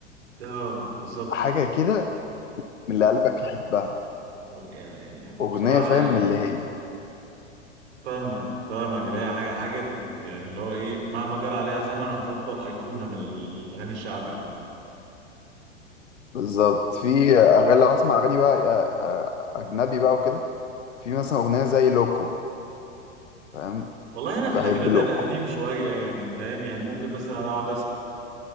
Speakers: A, on the right; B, on the left.
A: اه بالظبط
B: حاجه كده من اللي قلبك يحبها
A: يعني يعني
B: اغنيه
A: بصراحه
B: فاهم
A: يعني
B: من اللي هي
A: فاهمك فاهمك اللي هي حاجه حاجه تت يعني اللي هو ايه مهما جرى عليها زمن هتفضل ايقونه من الاغاني الشعبي عامه
B: بالظبط في اغاني لو هسمع اغاني بقى آه، آه، اجنبي بقى وكده في مثلا اغنيه زي لوكو فاهم
A: والله انا في
B: بحب
A: الاجنبي
B: لوكو
A: انا قديم شويه يعني فاهم يعني ممكن مثلا اقعد اسمع